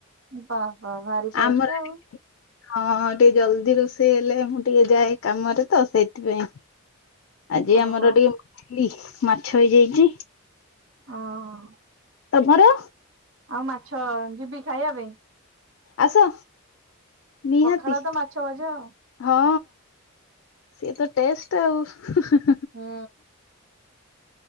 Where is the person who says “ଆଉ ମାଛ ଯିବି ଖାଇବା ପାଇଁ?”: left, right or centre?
Right